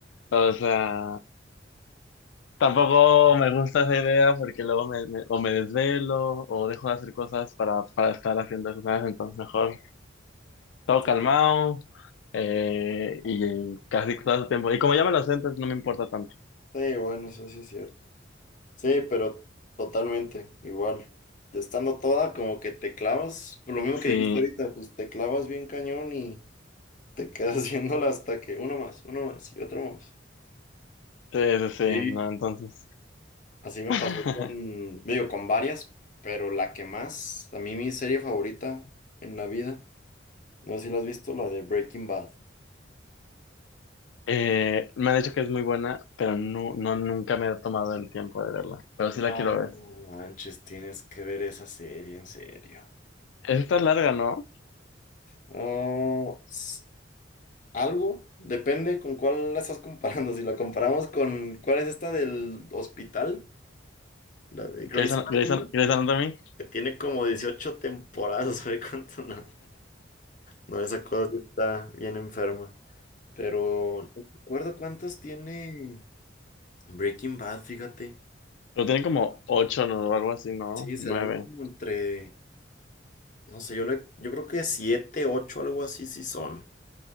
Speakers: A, on the left; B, on the left.
A: o sea, tampoco me gusta esa idea porque luego me, me- o me desvelo o dejo de hacer cosas para, para estar haciendo esas cosas, entonces mejor todo
B: Sí,
A: calmado. eh, y casi todo el tiempo. Y como ya me lo sé, entonces no me importa tanto.
B: sí, bueno, eso sí es cierto. Sí, pero totalmente igual. Ya estando toda, como que te clavas, por lo mismo que
A: Sí,
B: dijiste ahorita, pues te clavas bien cañón y te quedas <laughs> haciéndola hasta que uno más, uno más y otro más.
A: sí, sí, sí,
B: sí,
A: no, entonces.
B: Así me
A: <laughs>
B: pasó con, digo, con varias, pero la que más, a mí mi serie favorita en la vida, no sé si la has visto, la de Breaking Bad.
A: Eh, me han dicho que es muy buena, pero no, no, nunca me he tomado el tiempo de verla. Pero sí
B: No
A: la quiero ver.
B: manches, tienes que ver esa serie, en serio.
A: Esta es larga, ¿no?
B: No, s- algo, depende con cuál la estás comparando. <laughs> Si la comparamos con cuál es esta del hospital, la de Grey's
A: Grey's Ana-
B: Anatomy,
A: Grey's Ana- Grey's Anatomy.
B: que tiene como 18 temporadas, <laughs> ¿sabe cuánto? No, no, esa cosa sí está bien enferma. Pero no recuerdo cuántos tiene Breaking Bad, fíjate.
A: Pero tiene como ocho, ¿no? O algo así, ¿no?
B: Sí, serán
A: Nueve.
B: como entre, no sé, yo, le- yo creo que 7, 8, algo así, sí son.